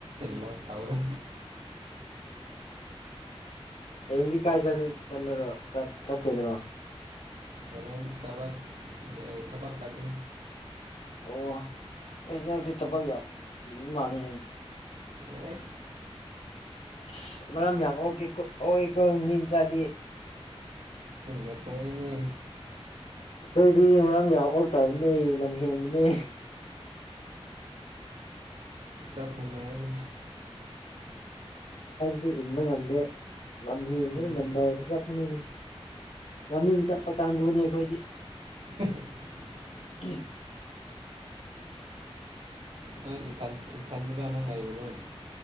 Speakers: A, on the right; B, on the left.
A: ꯂꯣꯁ ꯇꯧꯔꯦ
B: ꯑꯦꯡꯗꯤ ꯀꯥꯏ ꯆ ꯆꯠꯂꯔꯣ ꯆꯠꯀꯗꯔꯣ
A: ꯀꯔꯦꯟ ꯆꯕꯥ ꯆꯕꯥꯛ ꯆꯀ
B: ꯑꯣ ꯅꯁꯤ ꯊꯕꯛ ꯌꯥꯝ ꯃꯥꯅꯤ
A: ꯑꯦ
B: ꯑꯁ ꯃꯔꯝ ꯌꯥꯝ ꯑꯣꯒꯦ ꯑꯣꯏꯦꯀꯣ ꯃꯤ ꯃꯆꯥꯗꯤ
A: ꯑꯦꯈꯣꯏꯅꯦ
B: ꯑꯩꯈꯣꯏꯗꯤ ꯃꯔꯝ ꯌꯥꯎꯛꯇꯥꯕꯅꯦ ꯂꯝꯍꯦꯟꯕꯅꯦ
A: ꯆꯞ ꯃꯅꯉ
B: ꯁ ꯏꯟꯕ ꯉꯝꯗꯦ ꯂꯝ ꯍꯟꯕꯅ
A: ꯎꯝ
B: ꯅꯝꯕꯔꯗꯤ ꯆꯠꯄꯅꯤꯅꯦ ꯋꯥꯔꯃꯤꯡ ꯆꯠꯄ ꯀꯥꯟꯒꯕꯨꯅꯤ ꯑꯩꯈꯣꯏꯗꯤ
A: <inaudible>
B: ꯎꯝ
A: ꯍꯣꯏ ꯏꯊ ꯏꯊꯟꯗꯔꯥ ꯅꯪ ꯂꯩꯕꯗꯣ